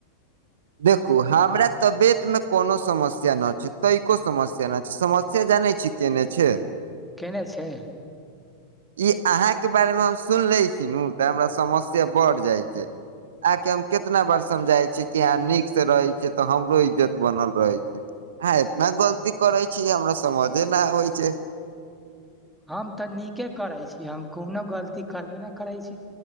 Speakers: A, on the right; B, in the centre.
A: देखू हमरा तबियत मे कोनो समस्या न छै तैको समस्या न छै समस्या जानै छी केने छै
B: केने छै
A: ई अहाँके के बारे मे हम सुन ले छी नू तऽ हमरा समस्या बढ़ जाय छै आहाँके हम केतना बार समझाय छियै कि अहाँ नीक से रहै छियै तऽ हमरो इज्जत बनल रहे छै हँ इतना गलती करै छी हमरा समझे न आबै छै
B: हम तऽ नीके करै छी हम कोनो गलती करबे न करैत छी